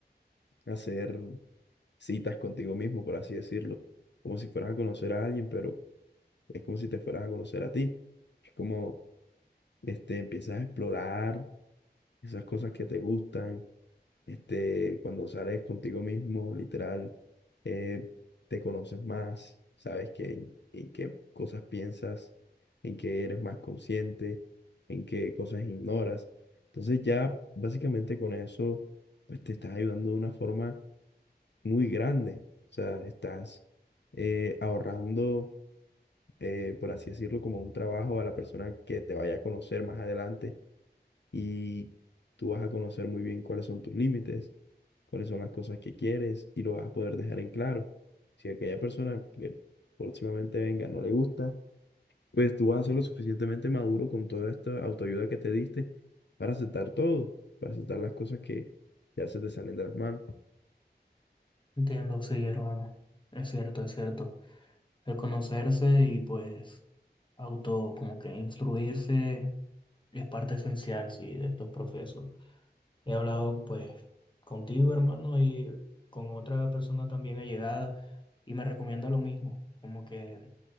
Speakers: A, on the left; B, on the left.
A: hacer citas contigo mismo, por así decirlo, como si fueras a conocer a alguien, pero Es como si te fueras a conocer a ti. Es como, este, empiezas a explorar esas cosas que te gustan. Este, cuando sales contigo mismo, literal, eh, te conoces más, sabes que, en, en qué cosas piensas, en qué eres más consciente, en qué cosas ignoras. Entonces ya básicamente con eso, pues te estás ayudando de una forma muy grande. O sea, estás eh, ahorrando eh, por así decirlo, como un trabajo a la persona que te vaya a conocer más adelante y tú vas a conocer muy bien cuáles son tus límites, cuáles son las cosas que quieres y lo vas a poder dejar en claro. Si aquella persona que próximamente venga no le gusta, pues tú vas a ser lo suficientemente maduro con toda esta autoayuda que te diste para aceptar todo, para aceptar las cosas que ya se te salen de las manos.
B: Entiendo, sí, hermano. Es cierto, es cierto. El conocerse y pues auto como que instruirse es parte esencial, sí, de estos procesos. He hablado pues contigo, hermano, y con otra persona también allegada y me recomienda lo mismo, como que